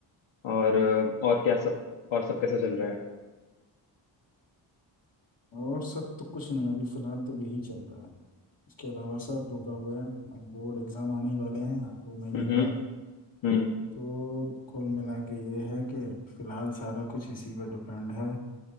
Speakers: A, on the left (about 80°); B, on the left (about 45°).
A: और अ, और क्या सब और सब कैसा चल रहा है
B: और सब तो कुछ नहीं अभी फिलहाल तो यही चल रहा है इसके अलावा सब रुका हुआ है अब बोर्ड एग्जाम आने ही वाले हैं दो महीने
A: हम्म
B: बाद
A: हम्म
B: तो कुल मिला के ये है कि फिलहाल सारा कुछ इसी पे डिपेंड है